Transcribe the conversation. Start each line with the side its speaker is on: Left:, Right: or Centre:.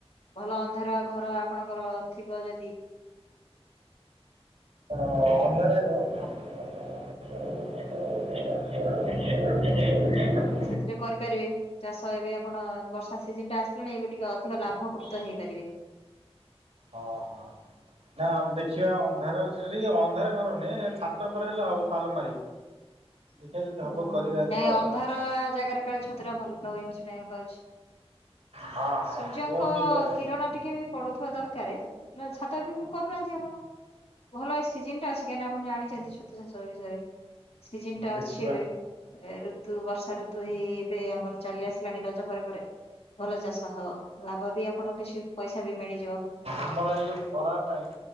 Left: ଭଲ ଅନ୍ଧାରୁଆ ଘର ଆପଣଙ୍କର ଥିବ ଯଦି
Right: ହଁ ଅନ୍ଧାର ଘ <inaudible>
Left: ସେଥିରେ କରିପାରିବେ। ଚାଷ ଏବେ ଆପଣ ବର୍ଷା ସିଜନି ଟା ଆସିଲେଣି ଏବେ ଟିକେ ଅଧିକ ଲାଭକୃତ ହେଇପାରିବେ।
Right: ହଁ ହଁ। ନାମ ଦେଖିବା ଅନ୍ଧାର <unintelligible> ଅନ୍ଧାର ଘର ନୁହେଁ ଛାତ ଉପରେ ହେଲେ ହବ ପାଲ ମାରିକି।
Left: <inaudible>
Right: ଦେଖିବା ଯଦି ହବ
Left: ହୁଁ
Right: କରିବା ଏଥର
Left: ନାଇଁ ଅନ୍ଧାର
Right: ଆଉ।
Left: ଜାଗାରେ କାଳେ ଛତୁଟା ଭଲ ହୁଏ ମୁଁ ଶୁଣିବାକୁ ଆଉଛି।
Right: ହଁ ହଁ
Left: ସୂର୍ଯ୍ୟଙ୍କ
Right: କୁହନ୍ତି ପ୍ରାୟ
Left: କିରଣ ଟିକେ ବି ପଡୁଥିବା ଦରକାର ଛାତ ବି କରୁନାହାନ୍ତି ଆପଣ ଭଲ ସିଜିନଟା କାଇଁନା ଆପଣ ଜାଣିଛନ୍ତି ଛତୁ ଚାଷ ବିଷୟରେ ସିଜିନ୍ ଟା
Right: ଦେଖିବା।
Left: ଅଛି ଏବେ ଋତୁ ବର୍ଷା ଋତୁ ହେଇ ଏବେ ଆମର ଚାଲି ଆସିଲାଣି ରଜ ପରେ ପରେ ଭଲ ଚାଷ ହବ ଲାଭ ବି ଆପଣଙ୍କୁ କିଛି ପଇସା ବି ମିଳିଯିବ
Right: ଆମର ଏଇ ଯେଉଁ ଖରାପ ପାଇଁ